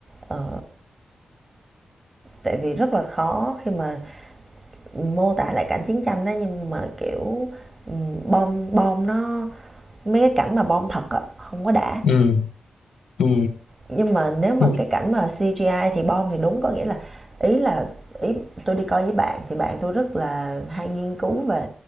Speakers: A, on the right; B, on the left.
A: ờ, tại vì rất là khó khi mà mô tả lại cảnh chiến tranh đó nhưng mà kiểu ừ, bom bom nó mấy cái cảnh mà bom thật á không có đã
B: ừ ừ
A: nhưng mà nếu mà
B: ừ
A: cái cảnh mà CGI thì bom thì đúng có nghĩa là ý là ý tôi đi coi với bạn thì bạn tôi rất là hay nghiên cứu về